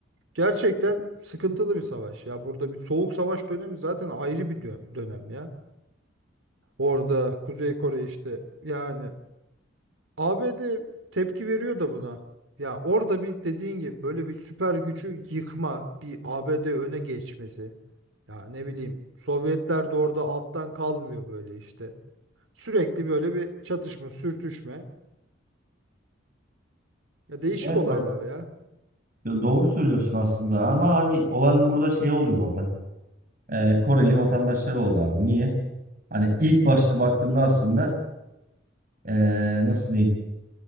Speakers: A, on the right; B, on the right.
A: gerçekten sıkıntılı bir savaş ya. Burada bir soğuk savaş dönemi zaten ayrı bir dö- dönem ya. Orada Kuzey Kore işte yani ABD tepki veriyor da buna. Ya orada bir dediğin gibi böyle bir süper gücü yıkma, bir ABD öne geçmesi. Ya ne bileyim Sovyetler de orada alttan kalmıyor böyle işte. Sürekli böyle bir çatışma, sürtüşme. Ya değişik
B: Evet
A: olaylar
B: bak
A: ya.
B: do- doğru söylüyorsun aslında ama hani olan burada şey oluyor orada. E, Koreli vatandaşlar oldu abi. Niye? Hani ilk başta baktığında aslında e, nasıl diyeyim?